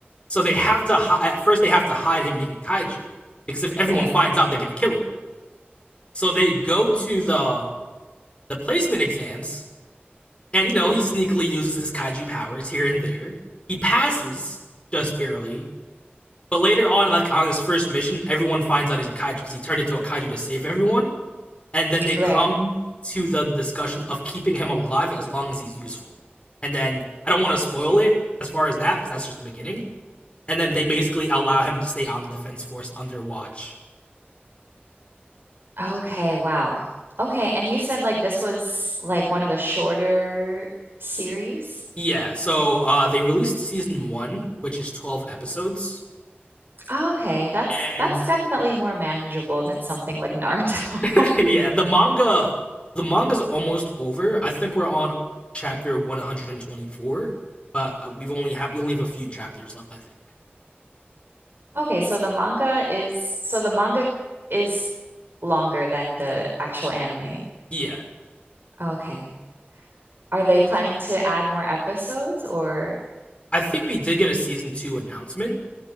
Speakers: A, on the left; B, on the right.
A: So they have to hi- at first they have to hide him being a kaiju because if everyone
B: <laughs> Right.
A: finds out, they're gonna kill him. So they go to the the placement exams, and you know he sneakily uses his kaiju powers here and there. He passes just barely, But later on, like on his first mission, everyone finds out he's a kaiju because he turned into a kaiju to save everyone, and then they come
B: Right.
A: to the discussion of keeping him alive as long as he's useful. And then I don't want to spoil it as far as that because that's just the beginning. And then they basically allow him to stay on the defense force under watch.
B: Okay. Wow. Okay. And you said like this was like one of the shorter series?
A: Yeah, so uh, they released season one, which is twelve episodes,
B: Okay, that's
A: and
B: that's definitely more manageable than something like Naruto. <laughs>
A: <laughs> yeah, the manga the manga's almost over. I think we're on chapter 124, but we've only have we only have a few chapters left, I think.
B: Okay, so the manga is so the manga is longer than the actual anime.
A: Yeah.
B: Okay. Are they planning to add more episodes or?
A: I think we did get a season 2 announcement.